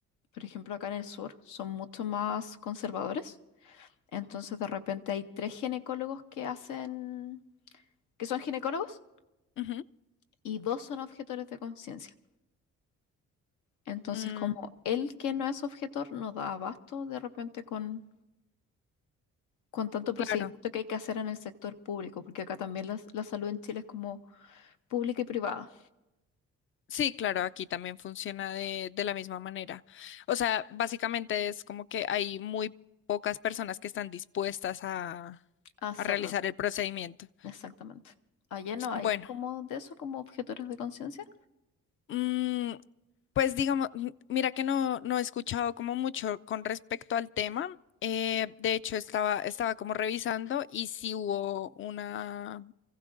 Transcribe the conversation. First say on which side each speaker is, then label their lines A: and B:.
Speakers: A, on the left; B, on the left.
A: por ejemplo, acá en el sur son mucho más conservadores. Entonces, de repente hay tres ginecólogos que hacen, que son ginecólogos
B: ujú,
A: y dos son objetores de conciencia. Entonces,
B: mm,
A: como él que no es objetor no da abasto de repente con, con tanto procedimiento
B: claro.
A: que hay que hacer en el sector público, porque acá también las- la salud en Chile es como pública y privada
B: Sí, claro, aquí también funciona de, de la misma manera. O sea, básicamente es como que hay muy pocas personas que están dispuestas a,
A: a hacerlo,
B: a realizar el procedimiento.
A: exactamente. Allá no hay
B: Bueno.
A: como de eso, como objetores de conciencia.
B: Mm, pues digamos, mm, mira que no, no he escuchado como mucho con respecto al tema. Eh, de hecho, estaba, estaba como revisando y si hubo una,